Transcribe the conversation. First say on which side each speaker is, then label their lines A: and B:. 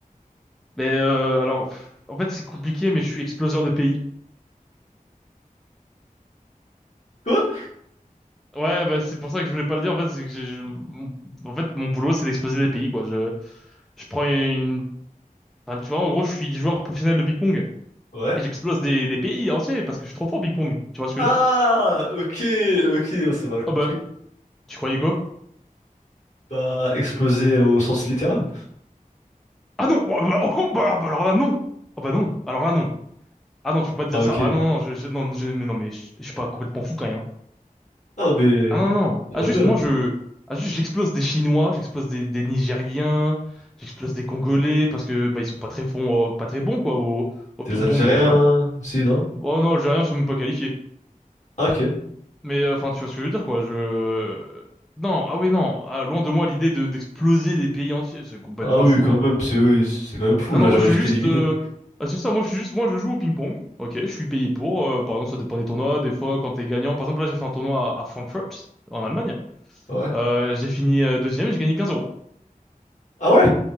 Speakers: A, in the centre; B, on the left (about 55°).
A: Mais euh, alors, pff, en fait, c'est compliqué, mais je suis exploseur de pays.
B: Quoi?
A: Ouais, bah, c'est pour ça que je voulais pas le dire. En fait, c'est que j'ai- je- mon- en fait, mon boulot, c'est d'exploser des pays quoi. Je, je prends une, enfin, tu vois, en gros, je suis joueur professionnel de ping-pong.
B: Ouais.
A: J'explose des, des pays entiers parce que je suis trop fort au ping-pong. Tu vois ce que
B: Ah,
A: je veux dire?
B: ok, ok, on s'est mal compris.
A: Oh bah, tu croyais quoi?
B: Pas explosé au sens littéral.
A: Ah non! Bah, bah, oh, bah, bah, alors là, non! Ah bah non! Alors là, non! Ah non, je peux pas te dire
B: Ah,
A: ça.
B: ok.
A: Ah non, non, je, je- non, non, je- mais non, mais je, je suis pas complètement fou quand même. hein.
B: Ah, mais
A: Ah non, non!
B: c'est
A: Ah
B: déjà
A: juste,
B: bien.
A: moi, je... Ah juste, j'explose des Chinois, j'explose des, des Nigériens, j'explose des Congolais parce que, bah, ils sont pas très bons, pas très bons, quoi, au, au
B: T'es
A: ping-pong,
B: Algérien,
A: tu vois?
B: si, non?
A: Oh non, Algériens sont même pas qualifiés.
B: Ah, ok.
A: Mais euh, enfin, tu vois ce que je veux dire, quoi. Je... Non, ah oui, non. Ah, loin de moi l'idée de d'exploser des pays entiers. C'est complètement
B: Ah oui,
A: fou,
B: quand
A: hein.
B: même, c'est oui, c'est quand même fou,
A: Non,
B: là,
A: non, moi
B: j'aurais
A: je suis
B: dû
A: juste...
B: t'éliminer.
A: euh, Ah, c'est ça, moi je suis juste... Moi je joue au ping-pong. Ok, je suis payé pour. euh, par exemple, ça dépend des tournois. Des fois, quand t'es gagnant... Par exemple, là, j'ai fait un tournoi à, à Frankfurt, en Allemagne.
B: Ouais.
A: Euh, j'ai fini euh, deuxième et j'ai gagné 15 euros.
B: Ah ouais,